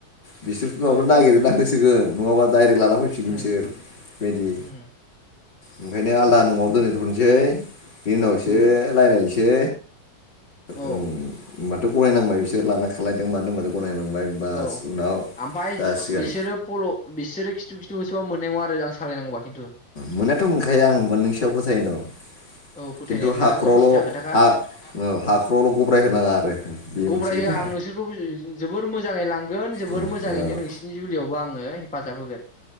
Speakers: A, on the left; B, in the centre.
A: बिसोरथ' नङाबा
B: औ
A: नागिरगोना
B: औ
A: होसोगोन। नङाबा डाइरेक्ट लाना फैफिनगोन
B: उम
A: बिसोर बेबायदि।
B: उम
A: ओंखायनो आलदा न'आव दोनैथ'नोसै बिनि उनावसो
B: उम
A: रायलायनोसै।
B: औ
A: उम होमबाथ' गनायनांबाय बिसोर लाना खालायदों मादों होनबाथ' गनायनांबाय। बास
B: औ
A: उनाव
B: आमफाय
A: जासिगोन
B: जुदि बिसोरो फल' बिसोरो खिथु खिथु होसोबाबो मोननाय नङा आरो आं सालायनांगौबा खिन्थु।
A: मोननाययाथ' मोनखाया आं नोंनि सायाव फोथायनाय दं।
B: औ फोथायनाय
A: खिन्थु
B: थानांगोन
A: हाखरावल'
B: सिदा खोथाखा
A: हा औ हाखरावल' गब्राय होनाङा आरो। बे
B: गब्राय
A: मोनसे खोथा
B: होआ आं नोंसोरखौ बुजि जोबोर मोजाङै लांगोन जोबोर
A: औ
B: मोजाङैनो नोंसिनि जुलियावबो आङो हेफाजाब होगोन